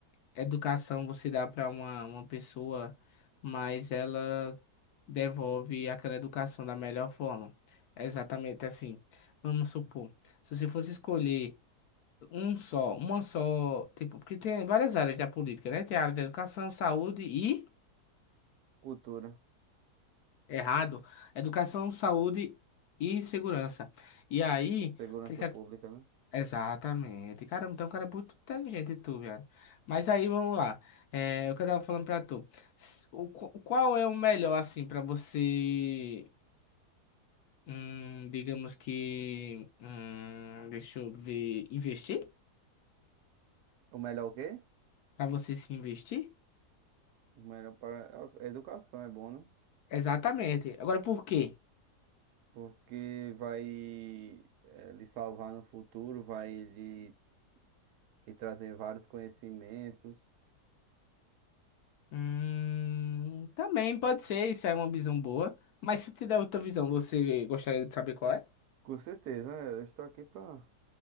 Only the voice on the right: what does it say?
Cultura,
segurança
pública,
né?
O melhor o quê?
O melhor para. a Educação é bom, né?
porque vai eh, lhe salvar no futuro, vai lhe, lhe trazer vários conhecimentos.
Com certeza, né? eu estou aqui para